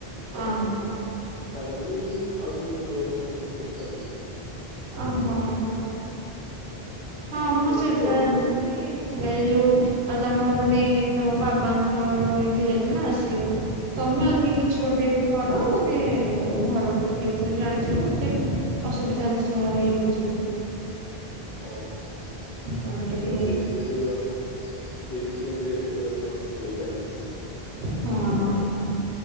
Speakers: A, on the left; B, on the right.
A: ଅଛନ୍ତି
B: ଓହୋ
A: ତାଙ୍କର ବି ଆଉ ଦୁଇ ତିନି ବର୍ଷ ଭିତରେ ସରିଯିବ
B: ଓହୋ ହ ହଁ ମୁଁ ସେଇଠା
A: ବି କହୁଥିଲି
B: ହେବି କିଛି ନାଇ ଏ ଯୋଉ ଆଉ ତାଙ୍କ ମାନେ ତମ ବାବା ପୁଅର ଏମତି ହେଇଥିଲା ସେ
A: ହୁଁ
B: ତମେ ଆଜି କିଛି ଗଟେ ପର ମାନେ ଘରକୁ ବିକି ତେ ଜାଣିଛ ନା ଏତେ ଅସୁବିଧାୁ ତ ଇଏ ହଉଛି
A: ହଁ ନା
B: ତମେ ଟିକେ
A: ସେଇଥିପାଇଁ ତ ସେଇଥିପାଇଁ ତ ଏତେ ପର୍ ଚାଲିଛି ନା
B: ହଁ